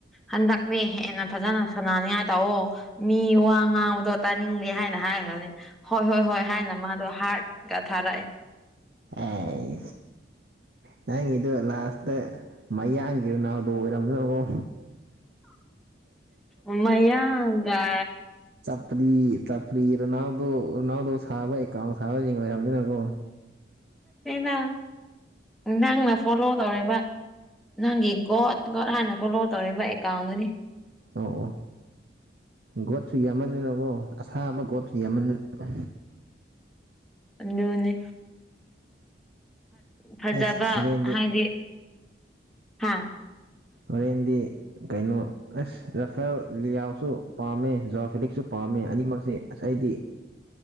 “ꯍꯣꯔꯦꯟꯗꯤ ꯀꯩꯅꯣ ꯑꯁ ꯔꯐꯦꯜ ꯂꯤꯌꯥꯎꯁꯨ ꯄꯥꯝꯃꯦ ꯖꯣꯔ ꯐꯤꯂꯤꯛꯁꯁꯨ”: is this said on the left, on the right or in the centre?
Right